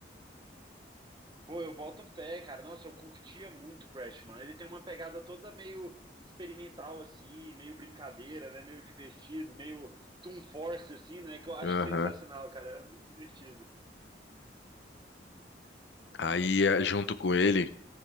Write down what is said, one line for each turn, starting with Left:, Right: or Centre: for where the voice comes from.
Right: pô, eu boto fé, cara. Nossa, eu curtia muito Crash, mano. Ele tem uma pegada toda meio experimental, assim, meio brincadeira, né? Meio divertido, meio Toon Force, assim, né? Que eu acho
Left: Aham.
Right: sensacional, cara. Era muito divertido.
Left: Aí, eh, junto com ele,